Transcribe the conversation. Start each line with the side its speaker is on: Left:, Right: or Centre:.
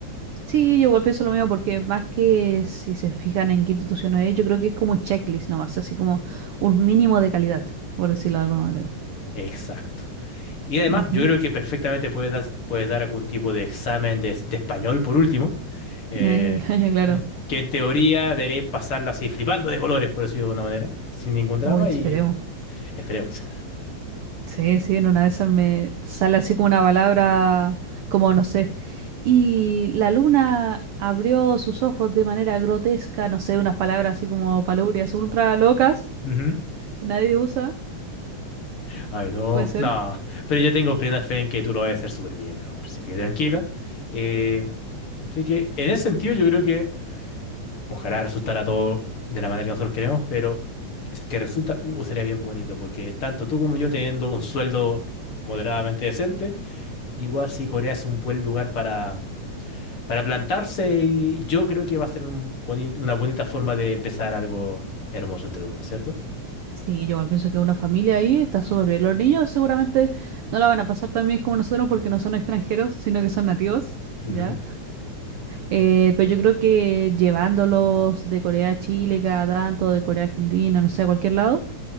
Right: Sí, yo igual pienso lo mismo porque más que si se fijan en qué institución es, yo creo que es como un checklist nomás, así como un mínimo de calidad, por decirlo de alguna manera.
Left: Exacto. Y además,
Right: Ujú.
Left: yo creo que perfectamente puedes dar, puedes dar algún tipo de examen de, de español, por último, eh,
Right: Eh, <laughs> claro.
Left: que en teoría deberéis pasarla así flipando de colores, por decirlo de alguna manera, sin ningún drama
Right: Uy, esperemos.
Left: y esperemos.
Right: Sí, sí, en una de esas me sale así como una palabra, como no sé. Y la luna abrió sus ojos de manera grotesca, no sé, unas palabras así como palubrias ultra locas
Left: <laughs> Ujú.
Right: que nadie usa,
Left: Ay, no,
Right: puede ser.
Left: no, pero yo tengo plena fe en que tú lo vas a hacer súper bien, mi amor, así que tranquila. Eh, así que en ese sentido yo creo que ojalá resultara todo de la manera que nosotros queremos, pero es que resulta, uh, sería bien bonito, porque tanto tú como yo teniendo un sueldo moderadamente decente, Igual sí, Corea es un buen lugar para, para plantarse y yo creo que va a ser un boni- una bonita forma de empezar algo hermoso entre los dos, ¿cierto?
Right: Sí, yo igual pienso que una familia ahí está súper bien. Los niños seguramente no la van a pasar tan bien como nosotros porque no son extranjeros, sino que son nativos,
Left: Ujú.
Right: ¿ya? Eh, pero yo creo que llevándolos de Corea a Chile cada tanto, de Corea a Argentina, no sé, a cualquier lado,